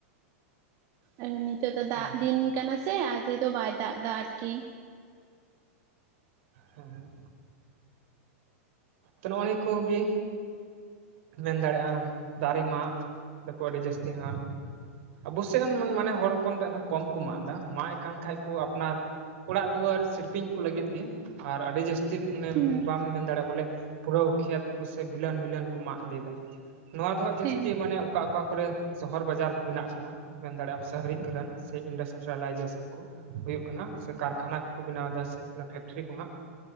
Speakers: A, on the right; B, on the right.
A: ᱟᱨᱚ ᱱᱤᱛᱚᱜ ᱫᱚ ᱫᱟᱜ
B: ᱦᱮᱸ
A: ᱫᱤᱱ ᱠᱟᱱᱟ ᱥᱮ ᱟᱡᱮ ᱫᱚ ᱵᱟᱭ ᱫᱟᱜ ᱫᱟ ᱟᱨᱠᱤ
B: ᱦᱮᱸ ᱦᱮᱸ ᱛᱚ ᱱᱤᱛ ᱱᱤᱭᱟᱹ ᱠᱚ ᱜᱮ ᱢᱮᱱ ᱫᱟᱲᱮ ᱟᱢ ᱫᱟᱨᱮ ᱢᱟᱜ ᱫᱚ ᱠᱚ ᱟᱹᱰᱤ ᱡᱟᱹᱥᱛᱤ ᱦᱟᱜ ᱟᱵᱚᱥ ᱥᱳᱭᱱ ᱢᱚᱱ ᱢᱟᱱᱮ ᱦᱚᱲ ᱦᱚᱯᱚᱱ ᱫᱚ ᱮᱱᱦᱚᱸᱠᱚ ᱠᱚᱢ ᱠᱚ ᱢᱟᱜ ᱫᱟ ᱢᱟᱜ ᱮ ᱠᱟᱱ ᱠᱷᱟᱡ ᱠᱚ ᱟᱯᱱᱟᱨ ᱚᱲᱟᱜ ᱫᱩᱣᱟᱹᱨ ᱥᱤᱞ ᱯᱤᱧ ᱠᱚ ᱞᱟᱹᱜᱤᱫ ᱜᱮ ᱟᱨ ᱟᱹᱰᱤ ᱡᱟᱹᱥᱛᱤ ᱢᱟᱱᱮ
A: ᱦᱩᱸ
B: ᱵᱟᱢ ᱢᱮᱱ ᱫᱟᱲᱮᱭᱟᱜᱼᱟ ᱵᱚ ᱞᱮ ᱯᱩᱨᱟᱹ ᱠᱷᱮᱛ ᱠᱚ ᱥᱮ ᱵᱤᱞᱚᱱ ᱵᱤᱞᱚᱱ ᱠᱚ ᱢᱟᱜ ᱤᱫᱤ ᱫᱟ ᱱᱚᱣᱟ ᱫᱚ ᱦᱟᱸᱜ ᱡᱟᱹᱥᱛᱤ
A: ᱦᱮᱸ
B: ᱢᱟᱱᱮ ᱚᱠᱟ ᱚᱠᱟ ᱠᱚ ᱨᱮ ᱥᱚᱦᱚᱨ ᱵᱟᱡᱟᱨ ᱠᱚ ᱵᱮᱱᱟᱜ ᱠᱟᱱᱟ ᱢᱮᱱ ᱫᱟᱲᱮᱟᱜᱼᱟᱢ ᱥᱟᱨᱤᱠ ᱨᱮᱱ ᱥᱮ ᱤᱱᱰᱟᱥᱴᱮᱨᱟ ᱞᱟᱭᱡᱮᱥᱮᱱ ᱠᱚ ᱦᱩᱭᱩᱜ ᱠᱟᱱᱟ ᱥᱮ ᱠᱟᱨ ᱠᱷᱟᱱᱟ ᱠᱚ ᱠᱚ ᱵᱮᱱᱟᱣ ᱫᱟ ᱥᱮ ᱯᱷᱮᱠ ᱴᱤᱨᱤ ᱠᱚᱱᱦᱟᱸᱜ